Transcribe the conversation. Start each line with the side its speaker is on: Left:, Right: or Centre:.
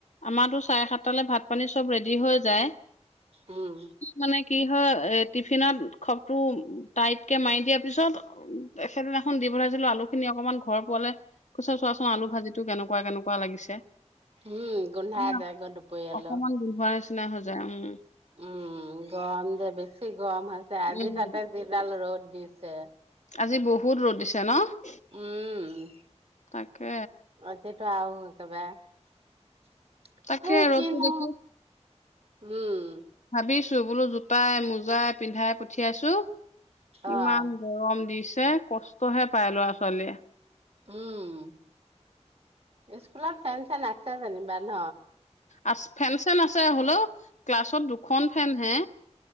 Left: আমাৰতো চাৰে সাতটালে ভাত পানী চব ৰেডি হৈ যায়।
Right: উম,
Left: মানে কি হয় এ টিফিনত খপটো টাইটকে মাৰি দিয়াৰ পিছত <unintelligible> সেদিনাখন দি পঠাইছিলো আলুখিনি অকমান ঘৰ পোৱালে, কৈছে চোৱাচোন আলু ভাজিটো কেনেকুৱা কেনেকুৱা লাগিছে।
Right: উম গোন্ধাই
Left: মানে
Right: যায় গৈ দুপৰীয়ালৈ।
Left: অকমান <unintelligible> হৈ যায় উম।
Right: উম গৰম যে বেছি গৰম হৈ আছে আজি
Left: উম
Right: তাতে যিডাল ৰ'দ। দিছে।
Left: আজি বহুত ৰ'দ দিছে ন'।
Right: উমমম,
Left: তাকে
Right: ৰাতিটো আৰু। <unintelligible>
Left: তাকে
Right: এই
Left: ৰ'দটো
Right: কিনো
Left: দেখি
Right: উম।
Left: ভাবি <unintelligible> বোলো জোতাই মোজাই পিন্ধাই পঠিয়াইছো। ইমান
Right: অ',
Left: গৰম দিছ যে কষ্টহে পায় ল'ৰা ছোৱালীয়ে।
Right: উমম, স্কুলত ফেন চেন আছে যেনিবা ন'!
Left: আ ফেন চেন আছে হলেও ক্লাছত দুখন ফেন হে